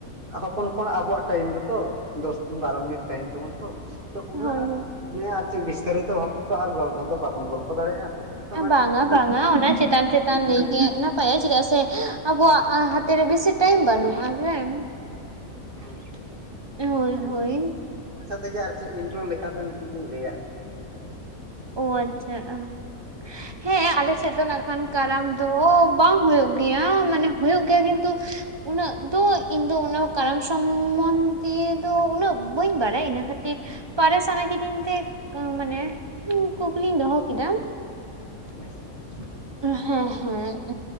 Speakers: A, on the right; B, on the right.
A: ᱦᱚᱯᱚᱱ ᱦᱚᱯᱚᱱ ᱟᱵᱚᱣᱟᱜ ᱴᱟᱭᱤᱢ ᱫᱚᱛᱚ ᱫᱚᱥ ᱠᱷᱚᱱ ᱵᱟᱨᱚ ᱢᱤᱱᱤᱴ ᱴᱟᱭᱤᱢ ᱛᱟᱵᱚᱱ ᱛᱚ ᱩᱱᱟᱹᱜ
B: ᱦᱳᱭ ᱦᱳᱭ
A: ᱢᱟᱱᱮ ᱟᱨ ᱪᱮᱫ ᱵᱤᱥᱛᱟᱨᱤ ᱛᱮ ᱵᱷᱚᱠᱛᱟ ᱟᱨ ᱜᱚᱞᱯᱚ ᱫᱚ ᱵᱟᱵᱚᱱ ᱜᱚᱞᱯᱚ ᱫᱟᱲᱮᱭᱟᱜᱼᱟ ᱛᱚ ᱚᱱᱟ
B: ᱵᱟᱝᱟ ᱵᱟᱝᱟ ᱚᱱᱟ ᱪᱮᱛᱟᱱ ᱪᱮᱛᱟᱱ ᱞᱟᱹᱭ ᱜᱮ <unintelligible> ᱱᱯᱟᱭᱟ ᱪᱮᱫᱟᱜ ᱥᱮ ᱟᱵᱚᱣᱟᱜ ᱦᱟᱛᱮ ᱨᱮ ᱵᱮᱥᱤ ᱴᱟᱭᱤᱢ ᱵᱟᱹᱱᱩᱜᱼᱟ ᱦᱮᱸ
A: ᱦᱚᱭ ᱛᱚ <unintelligible>
B: ᱦᱳᱭ ᱦᱳᱭ
A: ᱢᱚᱪᱟ ᱛᱮᱜᱮ ᱟᱨ ᱪᱮᱫ ᱤᱱᱨᱳ ᱞᱮᱠᱟᱛᱮ ᱢᱤᱫᱴᱤᱡ ᱤᱧ ᱞᱟᱹᱭᱟᱫ ᱢᱮᱭᱟ
B: ᱚ ᱟᱪᱪᱷᱟ <unintelligible> ᱦᱮᱸ ᱟᱞᱮ ᱥᱮᱫ ᱫᱚ ᱱᱟᱜ ᱠᱷᱟᱱ ᱠᱟᱨᱟᱢ ᱫᱚ ᱵᱟᱝ ᱦᱩᱭᱩᱜ ᱜᱮᱭᱟ ᱢᱟᱱᱮ ᱦᱩᱭᱩᱜ ᱜᱮᱭᱟ ᱠᱤᱱᱛᱩ ᱩᱱᱟᱹᱜ ᱫᱚ ᱤᱧ ᱫᱚ ᱚᱱᱟ ᱠᱟᱨᱟᱢ ᱥᱚᱢᱚᱱᱫᱤᱭᱟᱹ ᱟᱫᱚ ᱩᱱᱟᱹᱜ ᱵᱟᱹᱧ ᱵᱟᱲᱟᱭᱟ ᱤᱱᱟᱹ ᱠᱷᱟᱹᱛᱤᱨ ᱵᱟᱲᱟᱭ ᱥᱟᱱᱟ ᱠᱤᱫᱤᱧ ᱛᱮ ᱢᱟᱱᱮᱼᱼ ᱤᱧ ᱠᱩᱠᱞᱤᱧ ᱫᱚᱦᱚ ᱠᱮᱫᱟ
A: ᱱᱤᱥᱪᱚᱭ
B: ᱦᱮᱸ ᱦᱮᱸ